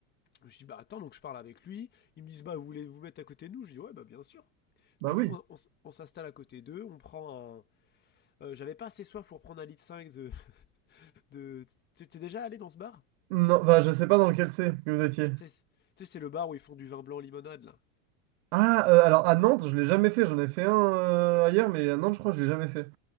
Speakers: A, on the left; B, on the right.
A: Je dis, bah attends, donc je parle avec lui. Ils me disent, bah vous voulez vous mettre à côté de nous Je dis, ouais, bah bien sûr.
B: Bah
A: Du coup,
B: oui.
A: on, on on s'installe à côté d'eux, on prend un. euh, J'avais pas assez soif pour prendre un litre 5 de. de... T'es déjà allé dans ce bar
B: Non, bah je sais pas dans lequel c'est que vous étiez.
A: c'est- tu sais, c'est le bar où ils font du vin blanc limonade, là.
B: Ah, euh, alors à Nantes, je l'ai jamais fait. J'en ai fait un euh, ailleurs, mais à Nantes, je crois que je l'ai jamais fait.